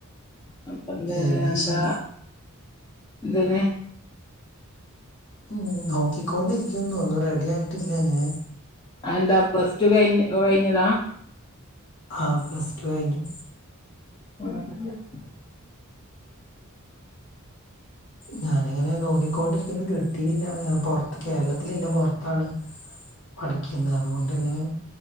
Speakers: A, on the left; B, on the left.
A: അപ്പൊ എന്ത്‌
B: ഏവിയേഷൻ
A: എന്താ ന്തിന്
B: ഉം നോക്കിക്കോണ്ടിരിക്കുന്നു ഒന്നും റെഡി ആയിട്ടില്ല അങ്ങെനെ
A: ആന്താ പ്ലസ്ടു കഴി കഴിഞ്ഞതാ?
B: ആഹ് പ്ലസ്ടു കഴിഞ്ഞു
A: <unintelligible>
B: ഞാനങ്ങനെ നോക്കിക്കോണ്ടിരിക്കുന്നത് കേ ട്ടില്ല പൊർത്ത് കേരളത്തിലില്ല പൊർത്താണ്. പഠിക്കുന്ന അതുകൊണ്ട്ങ്ങനെ